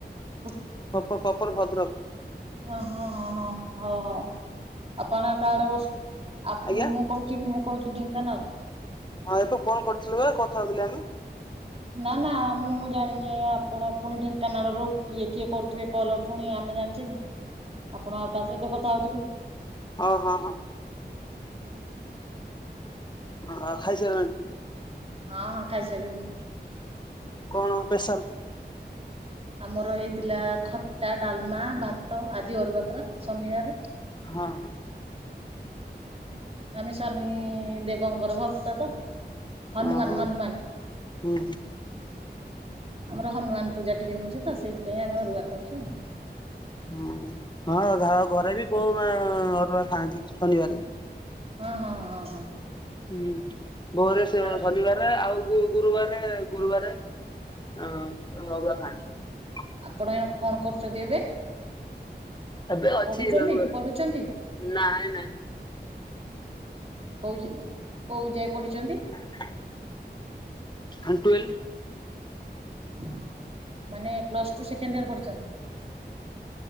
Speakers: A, on the right; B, on the left.
A: ହ
B: କ କପର ଭଦ୍ରକ।
A: ହଁ ହଁ ହଁ ହଁ ହଉ ହଉ। ଆପଣ କା ଆଡେ ବସି
B: ଆଜ୍ଞା
A: ମୁଁ କହୁ <unintelligible> ମୁଁ କହୁଚି ଢେଙ୍କାନାଳ।
B: ହଁ ଏବେ ଫୋନ କରିଥିଲୁ ବା କଥା ହଉଥିଲେ ଆମେ।
A: ନା ନା ମୁଁ ଜାଣିନି ଆପଣ ପୁଣି ଢେଙ୍କାନାଳରୁ କିଏ କିଏ କରୁଥିବେ କଲ ପୁଣି ଆମେ ଜାଣିଚେ କି। ଆପଣ ଆଉ କାହା ସହିତ କଥା ହଉଥିବେ।
B: ଓ ହଁ ହଁ। ଅ ଖାଇସାରିଲାଣି?
A: ହଁ ହଁ ଖାଇସାରିଲୁଣି।
B: କଣ ବେଶାଲ?
A: ଆମର ହେଇଥିଲା ଖଟା ଡାଲମା ଭାତ ଆଜି ଅରୁଆ ପରା ଶନିବାରେ।
B: ହଁ।
A: ଆମେ ଶନି ଦେବଙ୍କର ଭକ୍ତ ତ। ହନୁମାନ
B: ହଁ
A: ହନୁମାନ।
B: ହୁଁ
A: ଆମର ହନୁମାନ ପୂଜା ଟିକେ ହଉଚି ତ ସେଇଥିପାଇଁ ଆମେ ଟିକେ ଅରୁଆ ଖାଉଚୁ ଆଉ।
B: ହୁଁ ହଁ ଘରେ ବି ବୋଉ ମା ଅରୁଆ ଖାଆନ୍ତି ଶନିବାରେ।
A: ହଁ ହଁ ହଁ ହଁ।
B: ହୁଁ ଭୋରେ ଶନିବାର
A: ଆଉ
B: ଆଉ ଗୁରୁବାର ଗୁରୁବାରେ। ହଁ ଅରୁଆ ଖାଆନ୍ତି।
A: ଆପଣ କଣ କରୁଚନ୍ତି ଏବେ?
B: ଏବେ ଅଛି
A: ପଢୁଚନ୍ତି
B: ବାଙ୍ଗଲୋରରେ
A: ପଢୁଚନ୍ତି?
B: ନାଇଁ ନାଇଁ
A: କୋଉଚି କୋଉ ଯାଏ ପଡିିଚନ୍ତି।
B: ହ ହ ଟୁଏେଲ୍।
A: ଓଁ ମାନେ ପ୍ଲସ୍ ଟୁ ସେକେଣ୍ଡ ଇୟର ପଢିଚନ୍ତି?